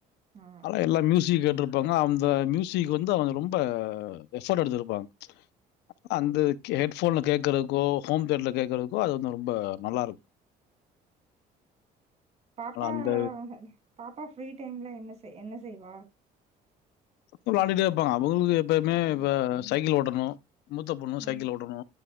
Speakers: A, on the right; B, on the left.
A: ஆ
B: ஆனா
A: ஆ
B: எல்லா மியூசிக் கேட்ரு ப்பாங்க அந்த மியூசிக் வந்து அவங்க ரொம்ப எஃபோர்ட் எடுத்திருப்பாங்க அந்த ஹெட்போன்ல கேக்றதுக்கோ ஹோம் தேட்டர்ல கேக்றதுக்கோ அது வந்து ரொம்ப நல்லா இருக்கு
A: பாப்பா
B: ஆனா அந்த
A: பாப்பா ஃப்ரீ டைம்ல என்ன செய் என்ன செய்வா
B: வ்ளாண்டிட்டே இருப்பாங்க அவ்ங்களுக்கு எப்பய்மே இப்ப சைக்கிள் ஓட்டணு மூத்த பொண்ணூ
A: ஆ
B: சைக்கிள் ஓட்டணு